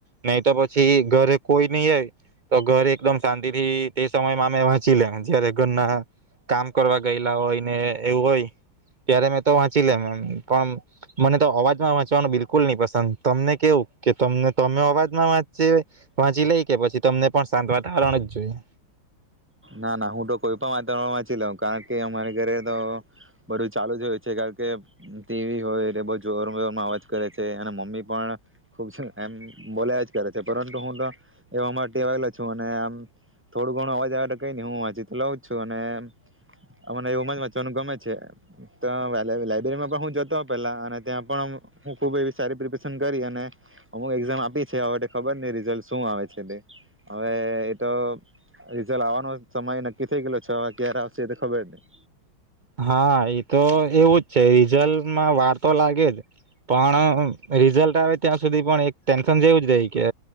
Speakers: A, on the right; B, in the centre.
A: નહી તો પછી ઘરે કોઈ ન હો તો ઘરે એકદમ શાંતિ થી તે સમયમાં અમે વાંચી લેવ જયારે ઘરના કામ કરવા ગયેલા હોય, ને એવું હોય ત્યારે મેં તો વાંચી લેમ એમ પણ, મને તો અવાજમાં વાંચવાનું બિલકુલ નહી પસંદ. તમને કેવું કે તમને તમે અવાજમાં વાંચી વાંચી લઈ કે પછી તમને પણ સાંત વાત તાવરણજ જોઈએ?
B: ના ના હું તો કોઈ પણ વાતાવરણ વાંચી લઉ. કારણ કે, અમારે ઘરે તો બધું ચાલુ જ હોય છે. કારણ કે, ટીવી હોય બ જોર-જોરમાં અવાજ કરે છે અને મમ્મી પણ ખુબ એમ બોલ્યા જ કરે છે. પરંતુ હું તો એવામાં ટેવાયલો છું અને આમ થોડું ઘણો અવાજ આવે ટો કઈ ન હું વાંચી તો લઉં જ છું. અને અ મને એવુંમ જ વાંચવાનું ગમે છે. તો વેલાય લાયબ્રેરીમાં પણ હું જતો પેલા અને ત્યાં પણ હું ખુબ એવી સારી પ્રિપરેશન કરી અને અમુક એક્ઝામ આપી છે. હવે ખબર નહી રિઝલ્ટ શું આવે છે તે. હવે એતો રિઝલ્ટ આવાનો સમય નક્કી થઇ ગલો છ. ક્યારે આવશે એ તો ખબર નહી.
A: હા. એતો એવું જ છે. રિઝલ્ટમાં વાર તો લાગે જ પણ રિઝલ્ટ આવે, ત્યાં સુધી પણ એક ટેન્શન જેવું જ રહી કે